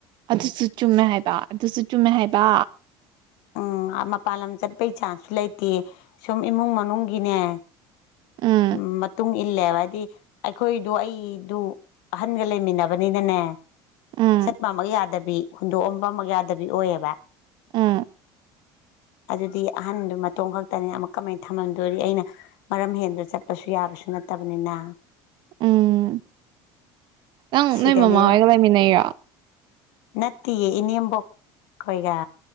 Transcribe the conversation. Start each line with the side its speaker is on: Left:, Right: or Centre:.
Right: ꯑꯗꯨꯁꯨ ꯆꯨꯝꯃꯦ ꯍꯥꯏꯕ ꯑꯗꯨꯁꯨ ꯆꯨꯝꯃꯦ ꯍꯥꯏꯕ
Left: ꯎꯝ ꯃꯄꯥꯟ ꯂꯝ ꯆꯠꯄꯩ ꯆꯥꯟꯁꯁꯨ ꯂꯩꯇꯦ ꯁꯨꯝ ꯏꯃꯨꯡ ꯃꯅꯨꯡꯒꯤꯅꯦ
Right: ꯎꯝ
Left: ꯎ ꯃꯇꯨꯡ ꯏꯜꯂꯦꯕ ꯍꯥꯏꯗꯤ ꯑꯩꯈꯣꯏꯗꯨ ꯑꯩꯗꯨ ꯑꯍꯟꯒ ꯂꯩꯃꯤꯟꯅꯕꯅꯤꯅꯅꯦ
Right: ꯎꯝ
Left: ꯆꯠꯄ ꯑꯃꯛ ꯌꯥꯗꯕꯤ ꯍꯨꯟꯗꯣꯛꯑꯝꯕ ꯑꯃꯛ ꯌꯥꯗꯕꯤ ꯑꯣꯏꯌꯦꯕ
Right: ꯎꯝ
Left: ꯑꯗꯨꯗꯤ ꯑꯍꯟꯗꯨ ꯃꯇꯣꯟ ꯈꯛꯇꯅꯦ ꯑꯃꯨꯛ ꯀꯃꯥꯏꯅ ꯊꯝꯃꯝꯗꯣꯔꯤ ꯑꯩꯅ ꯃꯔꯝ ꯍꯦꯟꯗ ꯆꯠꯄꯁꯨ ꯌꯥꯕꯁꯨ ꯅꯠꯇꯕꯅꯤꯅ
Right: ꯎꯝ ꯅꯪ
Left: ꯁꯤꯗꯅꯦ
Right: ꯅꯣꯏ ꯃꯃꯥ ꯍꯣꯏꯒ ꯂꯩꯃꯤꯟꯅꯩꯔꯣ
Left: ꯅꯠꯇꯦꯌꯦ ꯏꯅꯦꯝꯕꯣꯛ ꯑꯩꯣꯏꯒ